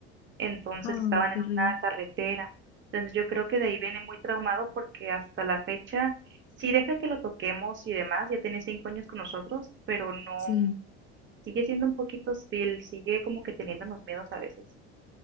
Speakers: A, on the right; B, on the left.
A: entonces
B: Ay,
A: estaban en
B: terrible.
A: una carretera. Entonces yo creo que de ahí viene muy traumado porque hasta la fecha sí deja que lo toquemos y demás, ya tiene cinco años con nosotros, pero no,
B: Sí.
A: sigue siendo un poquito hostil, sigue como que teniendo los miedos a veces.